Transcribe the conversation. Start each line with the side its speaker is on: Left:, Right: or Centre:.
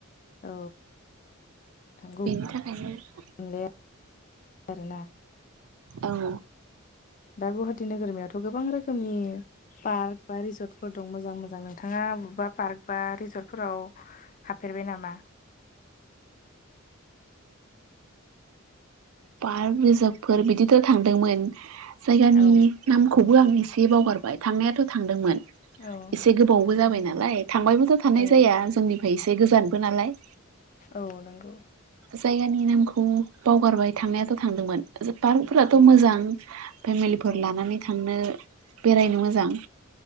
Left: औ थांगौ
Right: बेनि थाखायनो
Left: दे आरोना
Right: औ
Left: दा गुवाहाटि नोगोरमियाथ' गोबां रोखोमनि पार्क बा रिजर्टफोर दं मोजां मोजां नो नोंथाङा बबेबा पार्क बा रिजर्टफोराव हाबफेरबाय नामा
Right: पार्क रिजारभफोर बिदिथ' थांदोंमोन जायगानि
Left: औ
Right: नामखौ बो आं एसे बावगारबाय थांनायाथ' थांदोंमोन
Left: औ
Right: एसे गोबावबो
Left: नोंथां
Right: जाबाय नालाय थांबायबोथ' थानाय
Left: औ
Right: जाया जोंनिफ्राय एसे गोजानबो नालाय
Left: औ नंगौ
Right: जायगानि नामखौ बावगारबाय थांनायाथ' थांदोंमोन पार्कफोराथ'
Left: औ
Right: मोजां फेमिलिफोर
Left: औ
Right: लानानै थांनो बेरायनो मोजां